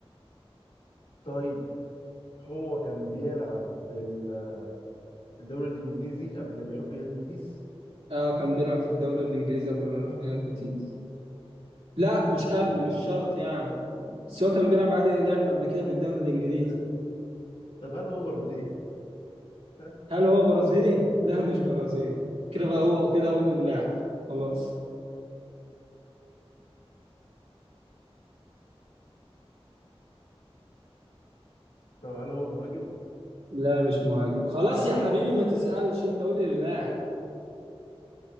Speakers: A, on the left (about 65°); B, on the right (about 75°).
A: طيب هو كان بيلعب في ال- في الدوري الانجليزي قبل ما يروح ريال بيتيس
B: أه كان بيلعب في الدوري الإنجليزي قبل ما يروح ريال بيتيس لا
A: ماشي.
B: مش قبل مش
A: اه
B: شرط يعني بس هو كان بيلعب عادي لعب قبل كده في الدوري الانجليزي
A: <laughs> طب هل هو برازيلي؟ <laughs> ها؟
B: هل هو برازيلي؟ لا مش برازيلي
A: اه
B: كده بقى هو كده اقول اللاعب خلاص
A: طب هل هو مهاجم؟
B: لا مش مهاجم خلاص يا حبيبي ما تسألش انت قول اللاعب